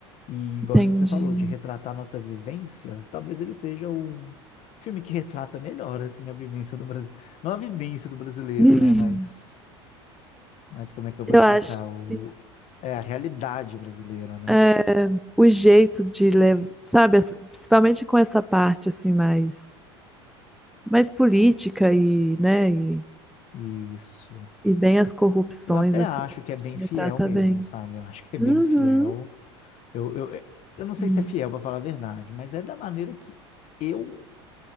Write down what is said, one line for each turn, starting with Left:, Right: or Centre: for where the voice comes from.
Left: E igual
Centre: Entendi.
Left: isso que você falou, de retratar a nossa vivência, talvez ele seja o filme que <laughs> retrata melhor, assim, a vivência do Brasil. Não a vivência do brasileiro,
Centre: Uhum.
Left: né? Mas, mas como é que eu vou
Centre: Eu
Left: explicar?
Centre: acho
Left: O...
Centre: que
Left: É a realidade brasileira, né?
Centre: é, o jeito de levar, sabe, essa- principalmente com essa parte assim mais, mais política e, né, e,
Left: Isso.
Centre: e bem as corrupções
Left: Eu até
Centre: assim,
Left: acho que é bem
Centre: retrata
Left: fiel mesmo,
Centre: bem.
Left: sabe? Eu acho que é bem
Centre: Uhum.
Left: fiel. Eu, eu, é- eu não sei
Centre: Hum.
Left: se é fiel, pra falar a verdade, mas é da maneira que eu